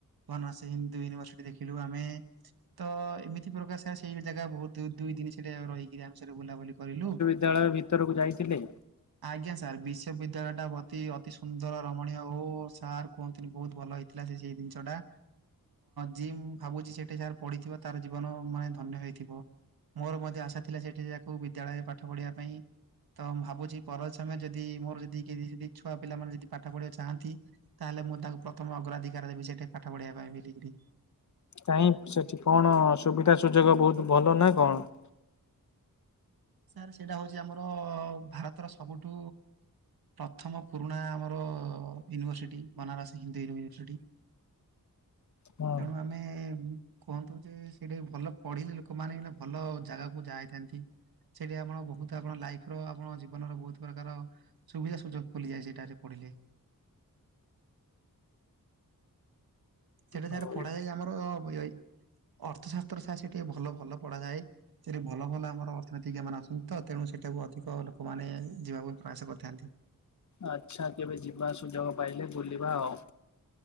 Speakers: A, on the right; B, on the left.
A: ବନାରସ ହିନ୍ଦୁ ୟୁନିଭର୍ସିଟି ଦେଖିଲୁ ଆମେ। ତ ଏମିତି ପ୍ରକାର ସେ ସେଇ ଜାଗା ବହୁତ ଦୁଇ ଦିନ ସେଟା ରହିକିରି ଆମେ ସେଠି ବୁଲାବୁଲି କରିଲୁ।
B: ବିଦ୍ୟାଳୟ ଭିତରକୁ ଯାଇଥିଲେ?
A: ଆଜ୍ଞା ସାର୍, ବିଶ୍ୱବିଦ୍ୟାଳୟ ଟା ଅତି ଅତି ସୁନ୍ଦର ରମଣୀୟ ଓ ସାର୍ କୁହନ୍ତୁନି, ବହୁତ ଭଲ ହେଇ ଥିଲା ସେ ସେଇ ଜିନିଷଟା। ଯିଏ ମୁଁ ଭାବୁଛି ସେଠି ସାର ପଢିଥିବ ତାର ଜୀବନ ମାନେ ଧନ୍ୟ ହେଇଥିବ। ମୋର ମଧ୍ୟ ଆଶା ଥିଲା ସେଠି ଯାକୁ ବିଦ୍ୟାଳୟ ପାଠ ପଢିବା ପାଇଁ ତ ମୁଁ ଭାବୁଛି ପର ସମୟ ଯଦି ମୋର ଯଦିି କିଏ ଯଦି ଛୁଆ ପିଲାମାନେ ଯଦି ପାଠ ପଢିବା ଚାହାନ୍ତି, ତାହେଲେ ମୁଁ ତାଙ୍କୁ ପ୍ରଥମ ଅଗ୍ରାଧିକାର ଦେବି ସେଠି ପାଠ ପଢ଼ିବା ପାଇଁ ବେଲିକିରି।
B: କାହିଁ ସେଠି କଣ, ସୁବିଧା ସୁଯୋଗ ବହୁତ ଭଲ ନା କଣ?
A: ସାର୍ ସେଇଟା ହଉଛି ଆମର, ଭାରତର ସବୁଠୁ ପ୍ରଥମ ପୁରୁଣା ଆମ ୟୁନିଭର୍ସିଟି ବନାରସ ହିନ୍ଦୁ ୟୁନିଭର୍ସିଟି
B: ହଁ
A: ତେଣୁ ଆମେ କୁହନ୍ତୁ ଯେ ସେଠି ଭଲ ପଢିଲେ ଲୋକମାନେ ଭଲ ଜାଗାକୁ ଯା ହେଇଥାନ୍ତି, ସେଠି ଆପଣ ବହୁତ ଆପଣ ଲାଇଫ ର ଆପଣ ଜୀବନର ବହୁତ ପ୍ରକାର ସୁବିଧା ସୁଯୋଗ ଖୋଲିଯାଏ ସେଟାରେ ପଢିଲେ। ସେଠି
B: ହଉ
A: ସାର ପଢାଯାଏ ଆମର ଅର୍ଥଶାସ୍ତ୍ର ସାର୍ ସେଠି ଭଲ ଭଲ ପଢାଯାଏ। ସେଠି ଭଲ ଭଲ ଆମର ଅର୍ଥନୀତିଜ୍ଞାମାନେ ଅଛନ୍ତି ତ ତେଣୁ ସେଠାକୁ ଅଧିକ ଲୋକମାନେ ଯିବାକୁ ପ୍ରୟାସ କରିଥାନ୍ତି।
B: ଆଛା, କେବେ ଯିବା ସୁଯୋଗ ପାଇଲେ ବୁଲିବା ଆଉ।